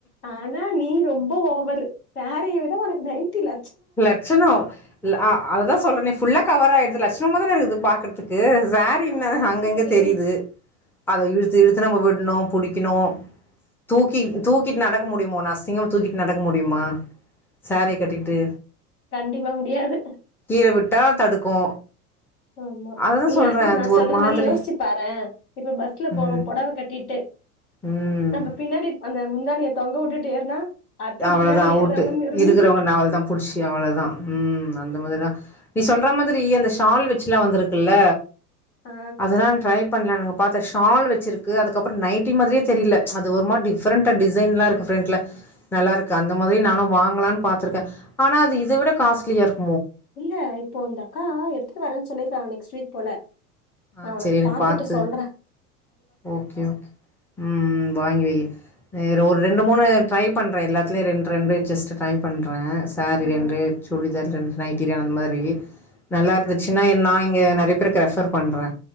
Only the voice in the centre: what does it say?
லட்சணம் ல அதுதான் சொல்றே ஃபுல்லா கவர் ஆயிருதுலாச் த்தமா தான இருக்குது பாக்கறதுக் <unintelligible> வேறு என்ன
அங்கங்க
தெரியுது அத இழுத்து இழுத்து நம்ம விடணும் புடிக்கணு தூக்கி தூக்கிட்டு நடக்க முடியுமா உன்ன அசிங்கமா தூக்கிட்டு நடக்க முடியுமா சாரி கட்டிட்டு
கீழ விட்டா தடுக்கு
அததா
சொல்றே
அது
ஒரு மாதிரி
ம்
ம்
அவள
தா அவுட்டு
இருக்கறவங்க
அவளதா புடிச்சி அவளதா உம் அந்த மாதிரி தா நீ சொல்ற மாதிரி அந்த ஷால் வெச்சுலா வந்திருக்குல்ல
அதுதா ட்ரை பண்லா நா பாத்தே ஷால் வச்சிருக்கு அதுக்கப்பறோ நைட்டி மாதிரியே தெரியல அது ஒரு மாரி டிஃப்ரென்ட்டா டிசைன்லா இருக்கு ஃப்ரண்ட்ல நல்லா இருக்கு அந்த மாதிரி நானு வாங்கலான்னு பாத்திருக்க ஆனா அது இத விட காஸ்ட்லியா இருக்
ஆ
சரி எனக்கு
பாத்து
ஓகே ஓகே உம் வாங்கி வை ஒரு ரெண்டு மூணு ட்ரை பண்றே எல்லாத்துலையு ரெண்டு ரெண்டு ஜஸ்ட்டு ட்ரை பண்றே சாரி
ரெண்டு சுடிதர் ரெண்டு நைட் டிரியா அந்த மாரி நல்லா இருந்துச்சுன்னா நா இங்க நெறைய பேருக்கு ரெஃபர் பண்றே